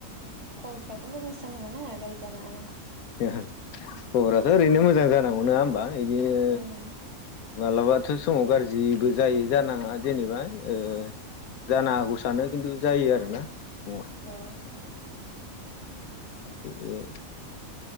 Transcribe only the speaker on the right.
खलफ्राथ' मोजांसो जानांगौना गाज्रि जानाङा ना
उम
अ